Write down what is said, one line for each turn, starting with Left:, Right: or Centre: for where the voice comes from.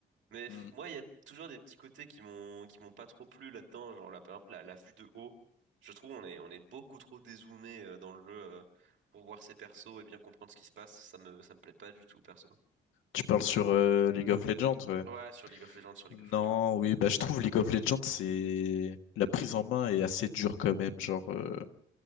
Right: Mais f-
Left: Mm.
Right: moi, il y a toujours des petits côtés qui m'ont qui m'ont pas trop plu là-dedans. Genre, la, par exemple, la, la vue de haut. Je trouve on est on est beaucoup trop dézoomé euh, dans le jeu euh, pour voir ses persos et bien comprendre ce qui se passe. Ça me ça me plaît pas du tout, perso.
Left: Tu parles sur euh, League of Legends, ouais.
Right: Ouais, sur League of Legends, sur League
Left: Non,
Right: of Legends.
Left: oui, bah je trouve League of Legends, c'est la prise en main est assez dure quand même. Genre, euh,